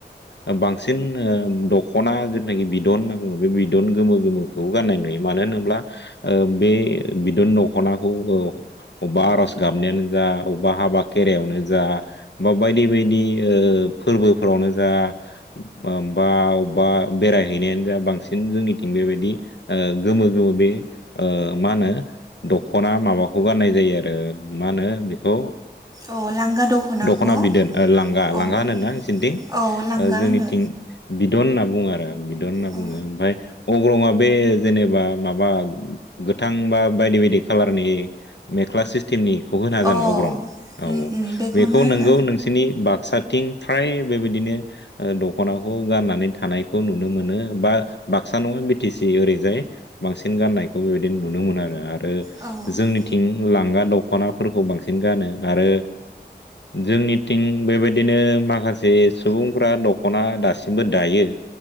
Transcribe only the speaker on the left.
ओ बां सिन ओ दख'ना जेनाखि बिदन होनना बुङो बे बिदन गोमो गोमोखौबो गाननाय नुयो मानो होनोब्ला ओ बे बिदन दखनाखौ औ अबबा आर'ज गाबनायानो जा अबबा हाबा खेरायावनो जा बा बायदि बायदि ओ फोरबोफोरावनो जा बा ओमबाव बा बेरायहैनायानो जा बांसिन जोंनिथिं बेबायदि ओ गोमो गोमो बे ओ मा होनो दख'ना माबाखौ गाननाय जायो आरो मा होनो बेखौ
दख'ना बिदोन ओ लांगा
लांगा होनना नोंसिनिथिं
ओ जोंनि
बिदन होनना बुङो आरो बिदन होनना
बुङो ओमफ्राय अग्रंआ बे जेनेबा माबा गोथां बा बायदि बायदि खाालारनि ने क्लास सिस्टेमनि खौबो होनो हागोन
अग्रं औ
बेखौ
नोंगौ नोंसिनि बाक्सा थिं फ्राय बेबायदिनो ओ द दख'नाखौ गाननानै थानायखौ नुनो मोनो बा बाक्सा नङा बि टि सि ओरैजाय बांसिन गाननायखौ बेबायदि नुनो मोनो आरो आरो
जोंनिथिं लांगा दख'नाफोरखौ बांसिन गानो आरो जोंनिथिं बेबायदिनो माखासे सुबुंफोरा द खना दासिमबो दायो